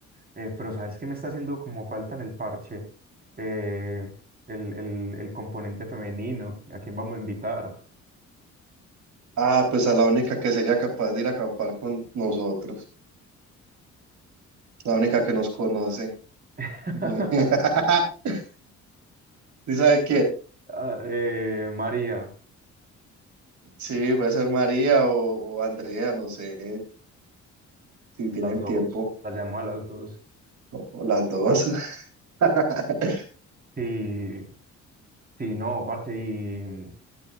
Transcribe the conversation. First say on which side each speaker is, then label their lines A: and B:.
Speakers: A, on the right (about 30°); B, on the right (about 70°).
A: Eh, pero ¿sabes qué me está haciendo como falta en el parche? Eh, el, el- el componente femenino. ¿A quién vamos a invitar?
B: Ah, pues a la única que sería capaz de ir a acampar con nosotros. La única que nos conoce.
A: <laughs>
B: <laughs> ¿Sí sabe qué?
A: Ah, eh, María,
B: Sí, puede ser María o, o Andrea, no sé, si
A: a
B: tienen
A: las dos.
B: tiempo,
A: La llamo a las dos.
B: o las dos. <laughs>
A: Sí, sí, no, parce, y,